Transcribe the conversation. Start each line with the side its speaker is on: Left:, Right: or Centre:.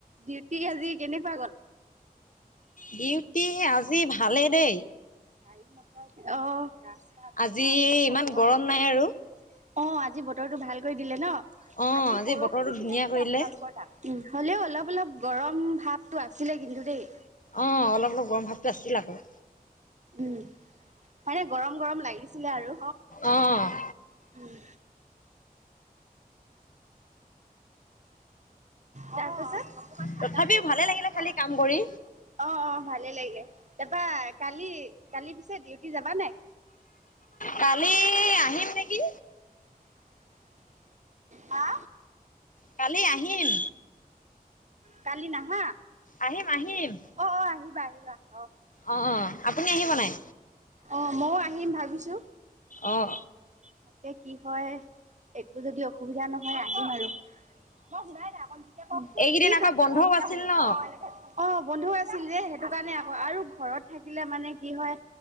Right: ডিউটিক আজি কেনেকুৱা গ'ল?
Left: ডিউটি আজি ভালে দেই।
Right: গাড়ী মটৰ বেয়া, অ' ৰাস্তা বেয়া
Left: আজি
Right: কি ক'ব
Left: ইমান
Right: আৰু
Left: গৰম
Right: দেহ।
Left: নাই আৰু
Right: অ' আজি বতৰটো ভাল কৰি দিলে ন'?
Left: অ
Right: আজি বৰষুণ
Left: বতৰটো
Right: দিছিলে
Left: ধুনীয়া
Right: নেকি
Left: কৰিলে
Right: আপোনালোকৰ তাত? উ, হ'লেও অলপ অলপ গৰম ভাৱটো আছিলে কিন্তু দেই।
Left: অ' অলপ অলপ গৰম ভাৱটো আছিল আকৌ।
Right: উম, মানে গৰম গৰম লাগিছিলে আৰু।
Left: অ'।
Right: উম। তাৰপাছত? অকমান ঠাণ্ডা
Left: তথাপিও
Right: পৰিছে
Left: ভালে
Right: আৰু
Left: লাগিলে
Right: ন'?
Left: খালি কাম কৰি
Right: অ', অ' ভালেই লাগে। তাৰপা কালি, কালি পিছে ডিউটি যাবা নাই?
Left: কালি আহিম নেকি।
Right: হা?
Left: কালি আহিম।
Right: কালি নাহা?
Left: আহিম আহিম
Right: অ', অ' আহিবা, আহিবা। অ'।
Left: অ', অ'। আপুনি আহিব নাই?
Right: অ' ময়ো আহিম ভাবিছোঁ।
Left: অ'।
Right: তাতে কি হয় একো যদি অসুবিধা নহ মই আহিমবাৰু। অ ক'ক মই শুনাই নাই অকন জোকে কওঁকচোন
Left: এইকেইদিন
Right: কি
Left: আকৌ
Right: খা
Left: বন্ধও
Right: অ, এতিয়া
Left: আছিল
Right: শুনিছোঁ
Left: ন
Right: অ, এতিয়া অ বন্ধু আছিল যে সেইটো কাণে আক', আৰু ঘৰত থাকিলে মানে কি হয়